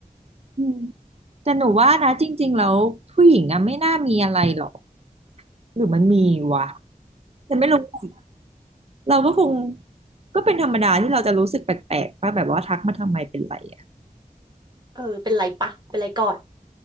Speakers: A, on the right; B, on the right.
A: อืมแต่หนูว่านะจริงๆแล้วผู้หญิงอะไม่น่ามีอะไรหรอกหรือมันมีวะแต่ไม่รู้อะเราก็คงก็เป็นธรรมดาที่เราจะรู้สึกแปลกๆป่ะแบบว่าทักมาทำไมเป็นไรอ่ะ
B: เออเป็นไรปะเป็นไรก่อน